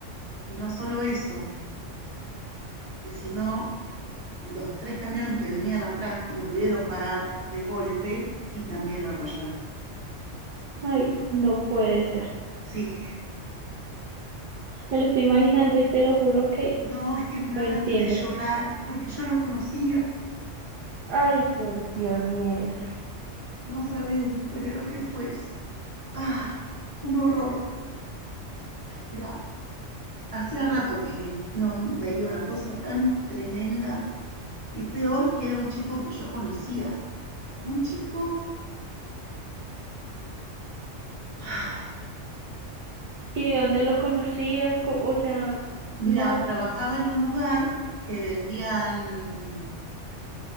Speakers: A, on the right; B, on the right.
A: Y no solo eso, que sino los tres camiones que venían atrás no pudieron parar de golpe y también lo arrollaron.
B: Ay, no puede ser.
A: Sí,
B: Me lo estoy imaginando y te lo juro que
A: no, es que me da
B: no entiendo.
A: ganas de llorar porque yo lo conocía.
B: Ay, por Dios, Nieves.
A: No sabes, Victoria, lo que fue eso. Ah, un horror. Mira, hacía rato que, que no veía una cosa tan tremenda y peor que era un chico que yo conocía. Un chico, ah,
B: ¿Y de dónde lo conocías? Co- O sea,
A: mira,
B: no
A: trabajaba en un lugar que vendían